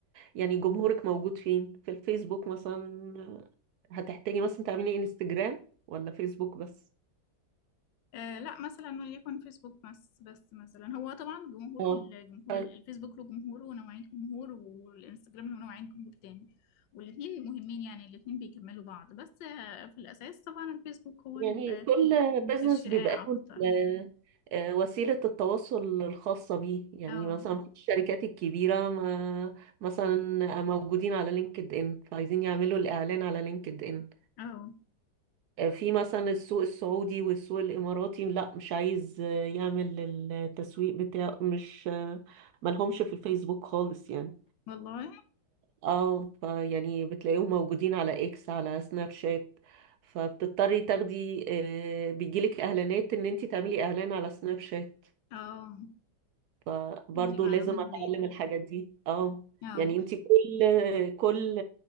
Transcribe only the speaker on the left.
آه لا مثلا وليكن فيسبوك بس بس مثلا هو طبعا جمهور
الجمهور
الفيسبوك له جمهور ونوعين جمهور والانستجرام له نوعين جمهور تاني والاتنين مهمين يعني الاتنين بيكملوا بعض بس آه في الأساس طبعا الفيسبوك هو ال-
الشائع
أكتر
اه
اه
والله
اه
دي معلومة
جديدة
اه